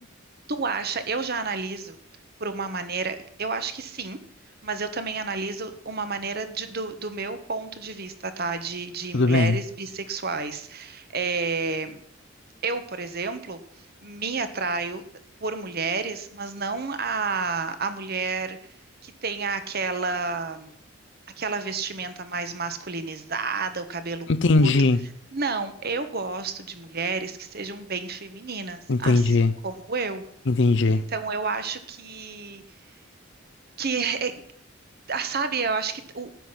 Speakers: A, on the right (about 50°); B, on the left (about 60°).
A: Tu acha? Eu já analiso por uma maneira, eu acho que sim, mas eu também analiso uma maneira de- do, do meu ponto de vista, tá? De, de
B: Tudo
A: mulheres
B: bem?
A: bissexuais. É, eu, por exemplo, me atraio por mulheres, mas não a, a mulher que tenha aquela, aquela vestimenta mais masculinizada, o cabelo
B: Entendi,
A: curto. Não, eu gosto de mulheres que sejam bem femininas,
B: entendi,
A: assim como eu.
B: entendi.
A: Então eu acho que que é- ah, sabe, eu acho que o,